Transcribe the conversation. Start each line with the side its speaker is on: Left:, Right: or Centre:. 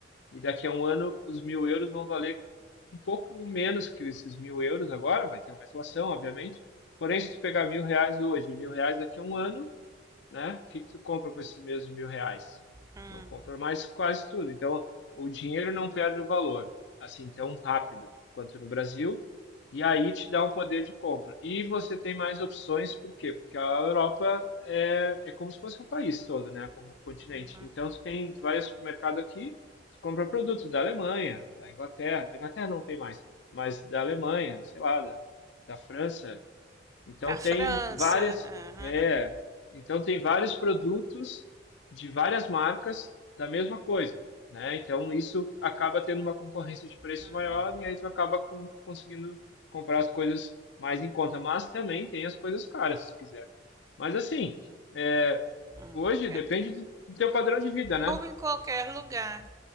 Left: E daqui a um ano os mil euros vão valer um pouco menos que esses mil euros agora, vai ter uma inflação, obviamente. Porém, se tu pegar mil reais hoje e mil reais daqui a um ano, né? O que que tu compra com esses mesmos mil reais?
Right: Hum.
Left: Não compra mais quase tudo. Então, o dinheiro não perde o valor, assim, tão rápido quanto no Brasil, e aí te dá um poder de compra. E você tem mais opções, por quê? Porque a Europa é, é como se fosse um país todo, né? Como
Right: uhum.
Left: um continente. Então, tu tem, tu vai ao supermercado aqui, tu compra produtos da Alemanha, da Inglaterra, da Inglaterra não tem mais, mas da Alemanha, sei lá, da, da França, então
Right: Na França.
Left: tem várias,
Right: Aham.
Left: é, então tem vários produtos de várias marcas da mesma coisa, né? Então isso acaba tendo uma concorrência de preço
Right: Uhum.
Left: maior e aí tu acaba com- conseguindo comprar as coisas mais em conta, mas também tem as coisas caras, se quiser. Mas assim, é,
Right: Uhum.
Left: hoje
Right: É,
Left: depende do do teu padrão de vida, né?
Right: como em qualquer lugar.